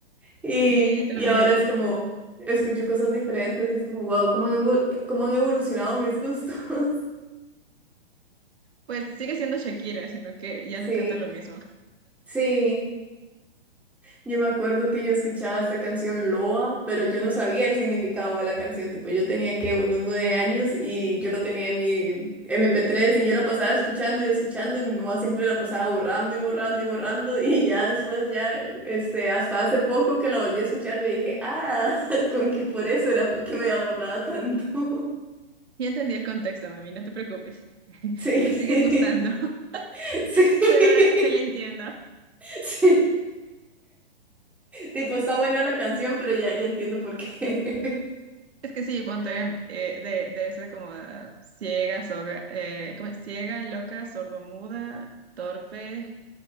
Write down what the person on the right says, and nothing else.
Sí, también.
Pues sigue siendo Shakira, sino que ya
no canta lo mismo.
Ya entendí el contexto, mami, no te preocupes.
Me sigue
gustando, <laughs>
pero ahora ya la entiendo.
Es que sí, ponte eh, de, de ese como eh, ciega, soga, eh, ¿cómo es? Ciega, loca, sordomuda, torpe,